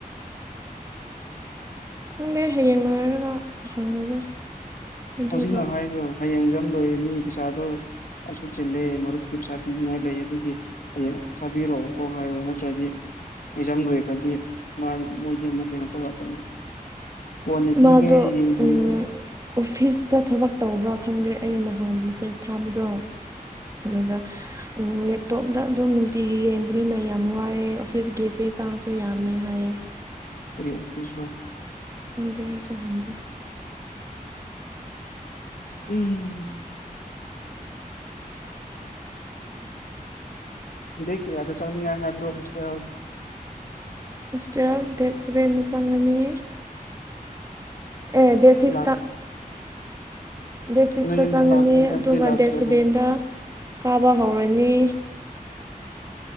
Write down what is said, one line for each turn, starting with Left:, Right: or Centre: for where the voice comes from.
Right: <inaudible> ꯈꯪꯗꯦ ꯍꯌꯦꯡ ꯂꯣꯏꯔꯒ ꯍꯪꯉꯒꯦ ꯑꯗꯨꯒ
Left: ꯍꯧꯖꯤꯛꯅ ꯍꯥꯏꯈ꯭ꯔꯣ ꯍꯌꯦꯡ ꯖꯥꯝ ꯂꯣꯏꯔꯅꯤ ꯄꯩꯁꯥꯗꯣ ꯑꯩꯁꯨ ꯆꯤꯜꯂꯦ ꯃꯔꯨꯞꯀꯤ ꯄꯩꯁꯥ ꯄꯤꯅꯤꯡꯉꯥꯏ ꯂꯩ ꯑꯗꯨꯒꯤ ꯍꯌꯦꯡ ꯊꯥꯕꯤꯔꯛꯑꯣꯀꯣ ꯍꯥꯏꯌꯣ ꯅꯠꯇ꯭ꯔꯗꯤ ꯑꯦꯖꯥꯝ ꯂꯣꯏꯒꯕꯗꯤ ꯃꯥꯗꯤ ꯃꯣꯏꯗꯤ ꯑꯃꯨꯛ ꯀꯩꯅꯣ ꯇꯧꯔꯛꯀꯅꯤ ꯀꯣꯟꯅ ꯄꯤꯒꯦ
Right: ꯃꯥꯗꯣ
Left: ꯌꯦꯡꯕꯤꯌꯨ
Right: ꯎꯝ ꯑꯣꯐꯤꯁꯇ ꯊꯕꯛ ꯇꯧꯕ꯭ꯔꯥ ꯈꯪꯗꯦ ꯑꯩ ꯅꯍꯥꯟ ꯃꯦꯁꯦꯖ ꯊꯥꯕꯗꯣ ꯑꯗꯨꯗ ꯂꯦꯞꯇꯣꯞꯇ ꯑꯗꯨꯝ ꯅꯨꯡꯇꯤꯒꯤ ꯌꯦꯡꯕꯅꯤꯅ ꯌꯥꯝ ꯋꯥꯏꯑꯦ ꯑꯣꯐꯤꯁ ꯀꯤꯁꯦ ꯍꯛꯆꯥꯡꯁꯨ ꯌꯥꯝꯃꯦ ꯍꯥꯏꯌꯦ
Left: ꯀꯔꯤ ꯑꯣꯐꯤꯁ ꯔꯣ
Right: ꯈꯪꯗꯦ ꯑꯩꯁꯨ ꯍꯪꯗꯦ
Left: ꯎꯝ ꯗꯦ ꯀꯌꯥꯆꯡꯅꯤꯉꯥꯢ ꯍꯥꯏꯕ꯭ꯔꯣ ꯍꯣꯁꯇꯦꯜ
Right: ꯍꯣꯁꯇꯦꯜ ꯗꯦꯠ ꯁꯚꯦꯟꯅ ꯆꯪꯒꯅꯤ ꯑꯦ ꯗꯦꯠ ꯁꯤꯛꯁꯇ
Left: ꯂꯥꯛ
Right: ꯕꯦꯁꯤꯁꯇ
Left: ꯅꯣꯏ ꯌꯨꯝꯗ
Right: ꯆꯪꯉꯅꯤ
Left: ꯂꯥꯛꯀꯅꯤ ꯍꯥꯏꯕꯗꯤ
Right: ꯑꯗꯨꯒ
Left: ꯂꯥꯛꯇ꯭ꯔꯕꯣ
Right: ꯗꯦꯠ ꯁꯕꯦꯟꯗ ꯀꯥꯕ ꯍꯧꯔꯅꯤ